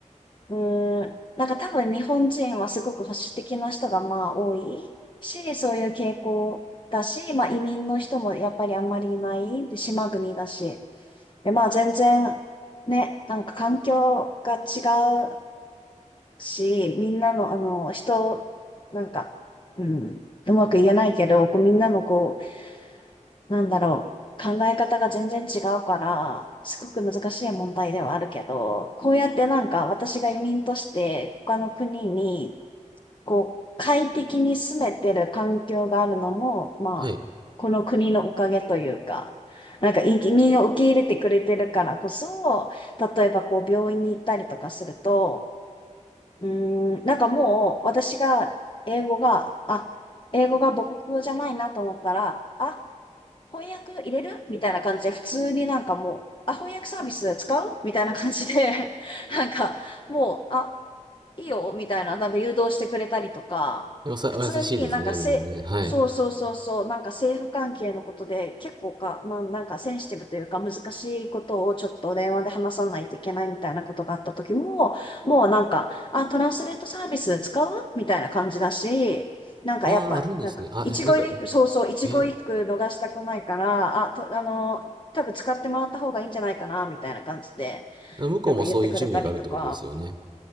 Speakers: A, on the left; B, on the right.
A: うーん、なんか多分日本人はすごく保守的な人がまあ多いし、そういう傾向だし、まあ移民の人もやっぱりあんまりいない、で、島国だし。で、まあ全然ね、なんか環境が違うし、みんなのあの人、なんか、うん、うまく言えないけど、こうみんなのこう、なんだろう。考え方が全然違うから、すごく難しい問題ではあるけど、こうやってなんか私が移民として他の国に、こう、快適に住めてる環境があるのも、まあ、
B: はい。
A: この国のおかげというか、なんか移民を受け入れてくれてるからこそ、例えばこう病院に行ったりとかすると、うーん、なんかもう私が英語が、あ、英語が母国語じゃないなと思ったら、あ翻訳入れるみたいな感じで、普通になんかもう、あ、翻訳サービス使うみたいな感じで、<laughs> なんか、もう、あ、いいよ、みたいな、なんか誘導してくれたりとか、
B: おさ、
A: 普通になんかせ、
B: お優しいですね、みんなね。はい。
A: そうそうそうそう、なんか政府関係のことで結構か、まあなんかセンシティブというか難しいことをちょっと電話で話さないといけないみたいなことがあった時も、もうなんか、あ、トランスレートサービス使うみたいな感じだし、なんかやっぱ、
B: ああ、あるんですね。
A: なんか、
B: あ、
A: 一期一会、
B: えなんか、
A: そうそう、一期一会逃したくないから、
B: え、
A: あ、と、あの、多分使ってもらった方がいいんじゃないかな、みたいな感じで、
B: 向こうもそういう準備があるってことですよね。
A: なんか言ってくれたりとか、